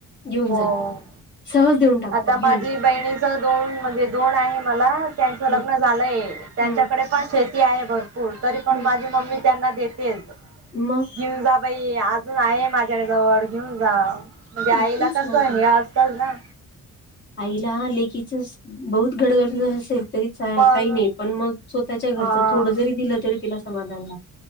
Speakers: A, on the left; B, on the right.
A: घेऊन
B: हो
A: जाय, सहज देऊन टाकतात,
B: आता
A: "घेऊन
B: माझी
A: जा."
B: बहिणीच दोन म्हणजे दोन आहे मला त्यांचं
A: हं,
B: लग्न झालंय त्यांच्याकडे
A: हं,
B: पण शेती आहे भरपूर तरी पण
A: हं.
B: माझी मम्मी त्यांना देतेच
A: मग
B: घेऊन जा बाई, अजून आहे माझ्या जवळ घेऊन जा म्हणजे आईला
A: मग तेच
B: कसं,
A: सांगते ना,
B: हे असतल ना?
A: आईला लेकीचं बहुत गडगंज असेल तरी काही
B: मग
A: नाही. पण मग स्वतःच्या घरच
B: हा
A: थोडं जरी दिलं तरी तिला समाधान लाग